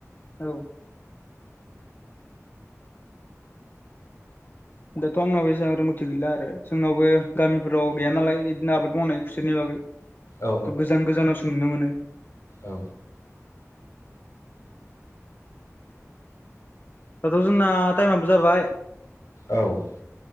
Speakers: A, on the left (about 40°); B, on the left (about 75°).
A: औ दाथ' आंनाव बेसेबां रोंगौथि गैला आरो जोंनावबो गामिफोराव गैया नालाय बिदिनो आबाद मावनाय खुसेरनि बागै
B: औ
A: थ' गोजान गोजानाव सोंनो मोनो
B: औ
A: दाथ' जोंना टाइमाबो जाबाय।
B: औ